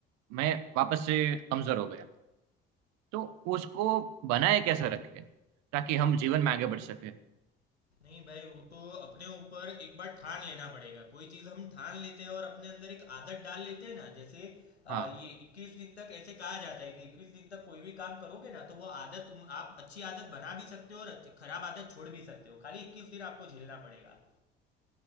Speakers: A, on the right; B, on the left.
A: मैं वापस से कमजोर हो गया तो उसको बनाए कैसे रखें ताकि हम जीवन में आगे बढ़ सके
B: नहीं भाई वो तो अपने ऊपर एक बार ठान लेना पड़ेगा कोई चीज हम ठान लेते हैं और अपने अंदर एक आदत डाल लेते हैं ना जैसे आ,
A: हाँ
B: ये 21 दिन तक ऐसे कहा जाता है कि 21 दिन तक कोई भी काम करोगे ना तो वो आदत तुम आप अच्छी आदत बना भी सकते हो और अच्छी- खराब आदत छोड़ भी सकते हो खाली 21 दिन आपको झेलना पड़ेगा